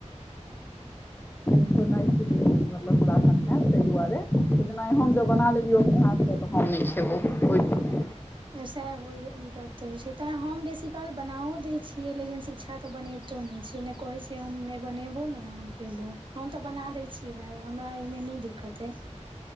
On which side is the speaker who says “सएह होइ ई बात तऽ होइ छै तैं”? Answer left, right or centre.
Right